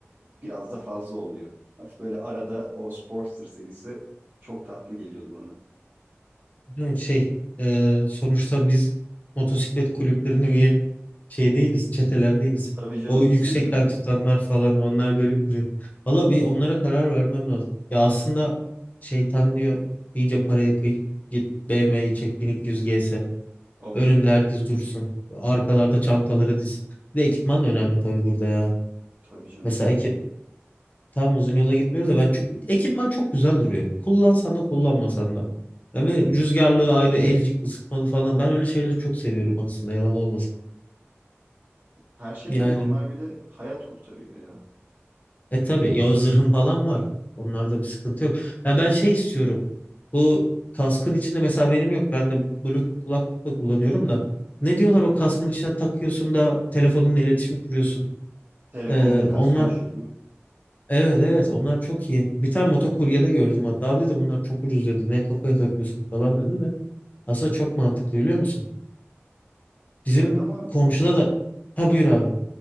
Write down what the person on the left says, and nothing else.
Bilmiyorum, şey e, sonuçta biz motosiklet kulüplerine üye şey değiliz, çeteler değiliz.
O yüksekten
tutanlar falan onlar garip duruyor. Valla bir onlara karar vermem lazım. Ya aslında şeytan diyor iyice paraya kıy. Git BMW'yi çek 1200 GS.
Önünde
herkes dursun. Arkalarda çantaları diz. Bir de ekipman da önemli tabii burada ya.
Mesela ekip tam uzun yola gitmiyoruz da ben çü- ekipman çok güzel duruyor. Kullansan da kullanmasan da. Yani rüzgarlığı ayrı, elcik ısıtmalı falan. Ben öyle şeyleri çok seviyorum aslında yalan olmasın.
Yani
E tabii ya o zırhın falan var. Onlarda bir sıkıntı yok. Ya ben şey istiyorum. Bu kaskın içinde mesela benim yok. Ben de Bluetooth kulaklıkla kullanıyorum da. Ne diyorlar o kaskın içine takıyorsun da telefonunla iletişim kuruyorsun.
Ee, onlar
evet evet onlar çok iyi. Bir tane motokuryede gördüm hatta. Abi dedi bunlar çok ucuz dedi. Ne kafaya takıyorsun falan dedi de. Aslında çok mantıklı biliyor musun? Bizim
komşuda da ha buyur abi.